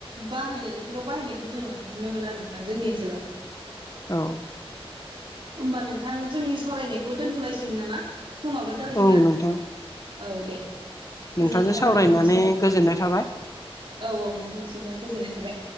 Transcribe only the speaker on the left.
औ
औ
नोंथां
नोंथांजों
सावरायनानै
गोजोननाय थाबाय।